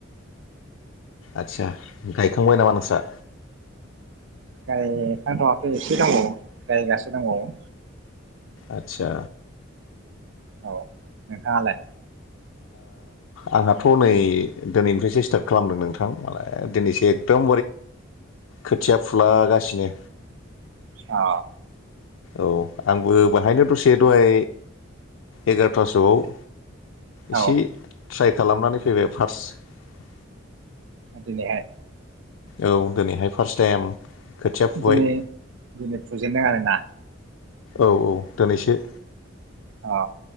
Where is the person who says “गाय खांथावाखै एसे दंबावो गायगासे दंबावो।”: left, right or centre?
Right